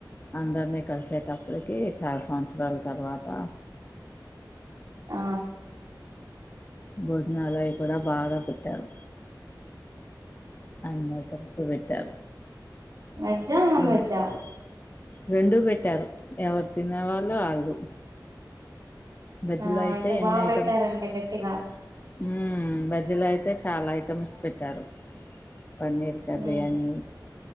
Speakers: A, on the left (about 25°); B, on the right (about 55°).
A: అందరినీ కలిసేటప్పటికి చాలా సంవత్సరాల తర్వాత
B: ఆ
A: భోజనాలు అయ్యికూడా బాగా పెట్టారు. అన్ని ఐటమ్స్ పెట్టారు.
B: వెజ్జ ఆ నాన్వెజ్జ
A: ఉమ్.
B: ఆ
A: రెండూ పెట్టారు ఎవరు తిన్నేవాళ్ళు ఆళ్ళు వెజ్జులో
B: ఆ
A: అయితే ఎన్నీ
B: బాగా పెట్టారంటే
A: ఐటమ్స్
B: గట్టిగా
A: హ్ వెజ్జులో అయితే చాలా ఐటమ్స్ పెట్టారు. పన్నిర్ కర్రీ
B: ఉమ్
A: అని